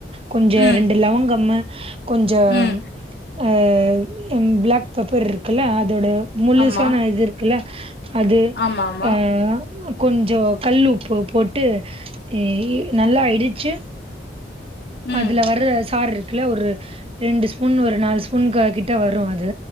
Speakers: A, on the right (about 30°); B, on the left (about 70°).
A: கொஞ்ச
B: ம்
A: ரெண்டு லவங்கம்மு கொஞ்சோ
B: ம்
A: ஆ ம் பிளாக் பேப்பர் இருக்குல்ல அதோட முலுசான
B: ஆமா
A: இது இருக்குல்ல அது
B: ஆமா ஆமா
A: ஆ கொஞ்சொ கல் உப்பு போட்டு இ இ நல்லா இடிச்சு
B: ம்
A: அதுல வர்ற சார் இருக்குல்ல ஒரு ரெண்டு ஸ்பூன் ஒரு நாலு ஸ்பூன் க கிட்ட வர்ரு அது